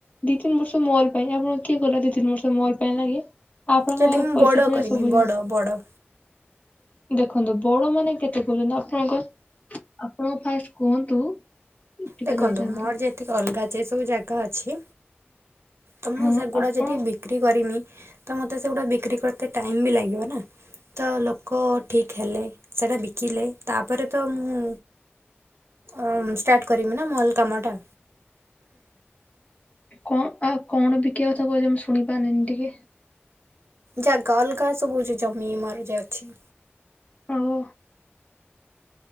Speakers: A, on the left; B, on the right.
A: ଦି ତିିନି ବର୍ଷ ମଲ୍ ପାଇଁ, ଆପଣଙ୍କୁ କିଏ କହିଲା ଦି ତିିନି ବର୍ଷ ମଲ୍ ପାଇଁ ଲାଗେ? ଆପଣଙ୍କ
B: ଯଦି
A: ପାଖରେ
B: ମୁଁ
A: ପଇସା
B: ବଡ଼
A: ଥିଲେ
B: କରିମି
A: ସବୁ
B: ବଡ଼
A: ହେଇ <unintelligible>
B: ବଡ଼
A: ଦେଖନ୍ତୁ ବଡ ମାନେ କେତେ ଗଲୁନ ଆପଣଙ୍କ ଆପଣ ଙ୍କୁ ଫାଷ୍ଟ କୁହନ୍ତୁ ଟିକେ
B: ଦେଖନ୍ତୁ
A: ରହିଯାଆନ୍ତୁ।
B: ମୋର ଯେ ଏତିକି ଅଲଗା ଯେ ସବୁ ଜାଗା ଅଛି ତ ମୁଁ
A: ହଁ
B: ସେଗୁଡା
A: ଆପଣ
B: ଯଦି ବିକ୍ରି କରିମି ତ ମତେ ସେଗୁଡା ବିକ୍ରି କରତେ ଟାଇମ ବି ଲାଗିବ ନା। ତ ଲୋକ ଠିକ୍ ହେଲେ, ସେଇଟା ବିକିଲେ, ତାପରେ ତ ମୁଁ ଅ-ଅ ଷ୍ଟାର୍ଟ କରମି ନା ମଲ୍ କାମ ଟା।
A: କଣ ଆଉ କଣ ବିକି କଥା କହୁଛ ମୁଁ ଶୁଣି ପାରିଲିନି ଟିକେ।
B: ଜାଗା ଅଲଗା ସବୁ ଅଛି ଜମି ମୋର ଯା ଅଛି।
A: ଆଉ